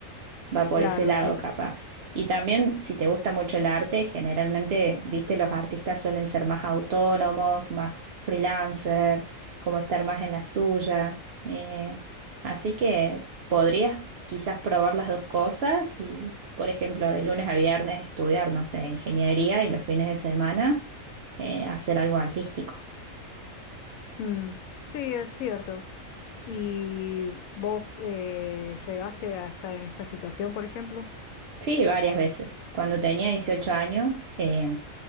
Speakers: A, on the right; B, on the left.
A: va por
B: Claro,
A: ese lado
B: sí.
A: capaz. Y también, si te gusta mucho el arte, generalmente, viste, los artistas suelen ser más autónomos, más freelancer, como estar más en la suya. Eh, así que podrías quizás probar las dos cosas y, por ejemplo, de lunes a viernes estudiar, no sé, ingeniería y los fines de semana eh, hacer algo artístico.
B: Mm, sí, es cierto. y vos eh, llegaste a estar en esta situación, por ejemplo.
A: Sí, varias veces. Cuando tenía 18 años, eh,